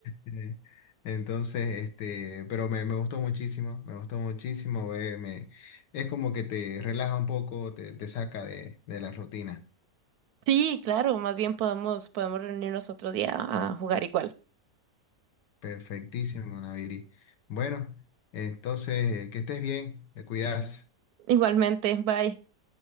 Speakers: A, on the left; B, on the right.
A: Eh, Entonces, este, pero me, me gustó muchísimo, me gustó muchísimo, güey, me, es como que te relaja un poco, te, te saca de, de la rutina.
B: Sí, claro, más bien podemos, podemos reunirnos otro día a jugar igual.
A: Perfectísimo, Naviri. Bueno, entonces, eh, que estés bien, te cuidas.
B: Igualmente, bye.